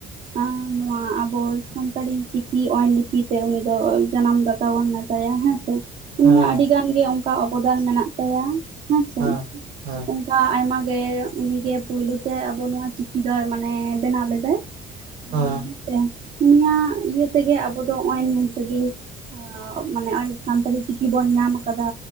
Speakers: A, on the right; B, on the right.
A: <unintelligible> ᱱᱚᱣᱟ ᱟᱵᱚ ᱥᱟᱱᱛᱟᱲᱤ ᱪᱤᱠᱤ <unintelligible> ᱞᱤᱯᱤᱛᱮ ᱩᱱᱤ ᱫᱚ ᱡᱟᱱᱟᱢ ᱫᱟᱛᱟ ᱵᱚᱱ ᱢᱮᱛᱟᱭᱟ ᱦᱮᱸ ᱼᱼ ᱩᱱᱤᱭᱟᱜ
B: ᱦᱮᱸ
A: ᱟᱹᱰᱤ ᱜᱟᱱ ᱜᱮ ᱚᱱᱠᱟ ᱚᱵᱚᱫᱟᱱ ᱢᱮᱱᱟᱜ ᱛᱟᱭᱟ ᱦᱮᱸᱥᱮ
B: ᱦᱮᱸ
A: ᱼᱼ
B: ᱦᱮᱸ
A: <unintelligible> ᱚᱱᱠᱟ ᱟᱭᱢᱟ ᱜᱮ ᱩᱱᱤᱜᱮ ᱯᱩᱭᱞᱩ ᱛᱮ ᱟᱵᱚ ᱱᱚᱣᱟ ᱪᱤᱠᱤ ᱫᱚᱭ ᱢᱟᱱᱮ ᱵᱮᱱᱟᱣ ᱞᱮᱫᱟᱭ ᱾
B: ᱦᱮᱸ
A: ᱦᱮᱸᱥᱮ ᱩᱱᱤᱭ ᱤᱭᱟᱹ ᱛᱮᱜᱮ ᱟᱵᱚ ᱫᱚ ᱦᱚᱜᱼᱚᱸᱭ ᱱᱩᱱ ᱥᱟᱺᱜᱤᱧ᱾ <unintelligible> ᱢᱟᱱᱮ ᱥᱟᱱᱛᱟᱲᱤ ᱪᱤᱠᱤ ᱵᱚᱱ ᱧᱟᱢ ᱟᱠᱟᱫᱟ